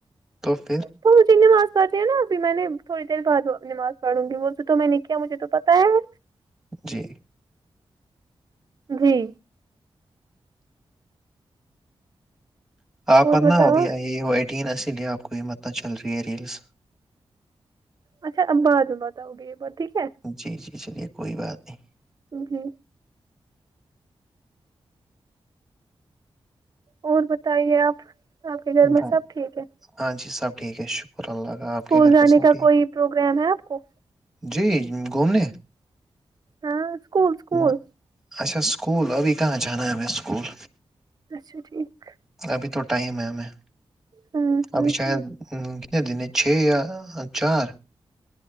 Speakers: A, in the centre; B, on the right.
A: تو پھر
B: تو مجھے نماز پڑھتے ہیں نا ابھی میں نے تھوڑی دیر بعد نماز پڑھوں گی وہ جو تو میں نے کیا مجھے تو پتاہ ہے
A: جی
B: جی
A: آپ
B: اور
A: متنا
B: بتاؤ
A: ابھی یہ ہو ایڈین ایی لے آپ کو یہ متنا چل رہی ہے ریلس
B: اچھا آپ بعد می بتوگے یے بات ٹھیک ہے
A: جی جی چلیے کوئی بات نہیں
B: جی اور بتائیے آپ آپ کے گھر میں
A: بات
B: سب ٹھیک ہے
A: ہاں جی سب ٹھیک ہے شکرہ شکر اللہ کا آپ
B: اسکول
A: کے گھر
B: جانے
A: پہ سب
B: کا
A: ٹھیک
B: کوئی پروگرام ہے آپ کو
A: جی گھومنے
B: ہاں اسکول اسکول
A: نہ اچھا اسکول ابھی کہاں جانا ہے ہمیں اسکول
B: اچھا ٹھیک
A: ابھی تو ٹائم ہے ہمیں
B: ہ ہ
A: ابھی شاید
B: ٹھیک
A: ہوں کتنے دنے چھ یا چار